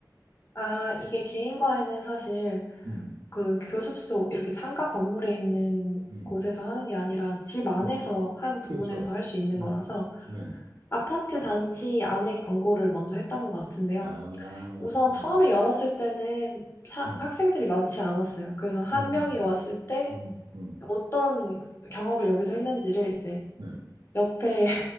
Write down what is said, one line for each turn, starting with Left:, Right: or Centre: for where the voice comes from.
Left: 아, 이게 개인과에는 사실
Right: 음,
Left: 그 교습소 이렇게 상가 건물에 있는
Right: 음,
Left: 곳에서 하는 게 아니라 집 안에서
Right: 음.
Left: 한 부분에서
Right: 그렇죠.
Left: 할 수 있는
Right: 네,
Left: 거라서
Right: 네, 네.
Left: 아파트 단지 안에 광고를 먼저 했던 것 같은데요.
Right: 아,
Left: 우선
Right: 음,
Left: 처음에 열었을 때는 사-
Right: 네, 음,
Left: 학생들이 많지 않았어요. 그래서 한
Right: 음,
Left: 명이 왔을 때
Right: 음, 음.
Left: 어떤 경험을 여기서 했는지를 이제
Right: 네.
Left: 옆에